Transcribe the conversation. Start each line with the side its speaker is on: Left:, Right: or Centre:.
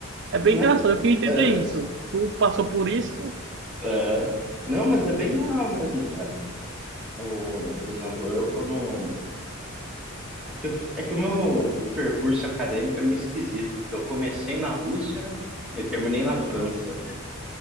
Right: É bem
Centre: Né?
Right: engraçado, eu queria entender
Centre: Ah,
Right: isso. Tu passou por isso?
Centre: Aham. Não, mas é bem real mesmo, cara. O, por exemplo, eu quando. É que, eu- é que o meu percurso acadêmico é meio esquisito, porque eu comecei na Rússia e terminei na França.